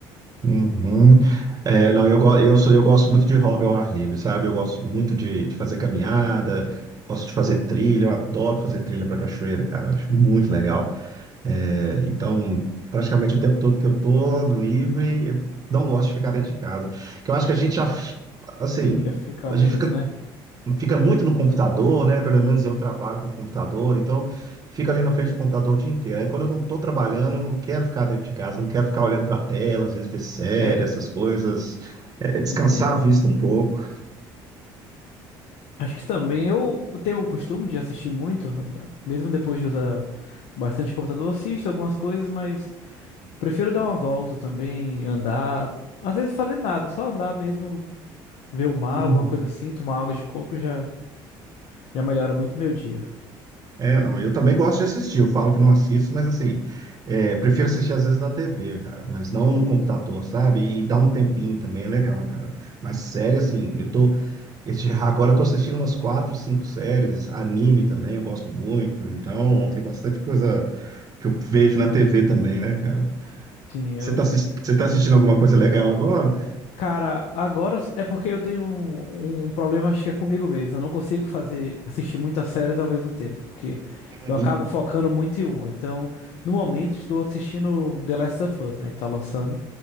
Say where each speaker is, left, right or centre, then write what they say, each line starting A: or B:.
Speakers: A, on the right; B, on the left.
A: Uhum. É, não, eu, go- eu, sou, eu gosto muito de hobby ao ar livre, sabe? Eu gosto muito de, de fazer caminhada, gosto de fazer trilha, eu adoro fazer trilha para cachoeira, cara, acho muito legal. É, então, praticamente o tempo todo que eu tô livre, eu não gosto de ficar dentro de casa. Que eu acho que a gente já, f- assim,
B: Já fica
A: a
B: muito,
A: gente fica,
B: né?
A: fica muito no computador, né? Pelo menos eu trabalho com computador, então fica ali na frente do computador o dia inteiro. Aí quando eu não tô trabalhando, eu não quero ficar dentro de casa, não quero ficar olhando pra tela, às vezes ver série,
B: É,
A: essas coisas, É, descansar
B: entendo.
A: a vista um pouco.
B: Acho que também eu tenho o costume de assistir muito, mesmo depois de usar bastante computador, eu assisto algumas coisas, mas prefiro dar uma volta também, andar, às vezes fazer nada, só andar mesmo, ver o mar,
A: Uhum.
B: alguma coisa assim, tomar água de coco já já melhora muito meu dia.
A: É, não, eu também gosto de assistir. Eu falo que não assisto, mas assim, é, prefiro assistir às vezes na TV, cara, mas não no computador, sabe? E dá um tempinho também, é legal, cara. Mas série, assim, eu tô. esse- <laughs> agora eu tô assistindo umas quatro, cinco séries, anime também, eu gosto muito. Então,
B: Ah,
A: tem bastante coisa que eu vejo na TV também, né, cara?
B: Sim,
A: Você
B: eu
A: tá, assis- você tá assistindo alguma coisa legal agora?
B: Cara, agora é porque eu tenho um, um problema, acho que é comigo mesmo. Eu não consigo fazer, assistir muitas séries ao mesmo tempo, porque
A: Uhum.
B: eu acabo focando muito em uma. Então, no momento, estou assistindo The Last of Us, né, que tá lançando.